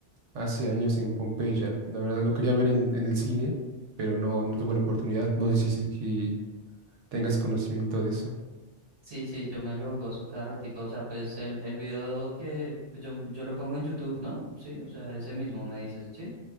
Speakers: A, on the right; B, on the right.
A: hace años en Pompeya. La verdad lo quería ver en, en el cine, pero no, no tuve la oportunidad. No sé si, si tengas conocimiento de eso.
B: Sí, sí, yo me lo gozo cada ratico. O sea, pues el, el video que pues, yo, yo lo pongo en YouTube, ¿no? Sí, o sea, ese mismo me dices, ¿sí?